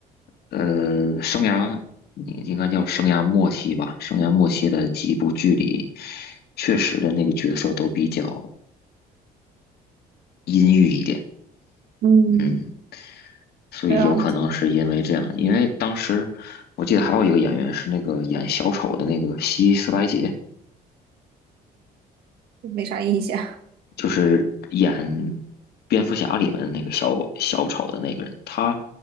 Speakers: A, on the left; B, on the right.
A: 呃生涯，你应该叫生涯末期吧，生涯末期的几部剧里，确实的那个角色都比较阴郁一点，
B: 嗯，
A: 嗯，所以有可能是因为这样，
B: 这样子
A: 因为当时我记得还有一个演员是那个演小丑的那个希斯莱杰，
B: 就没啥印象。
A: 就是演蝙蝠侠里面的那个小小丑的那个人，他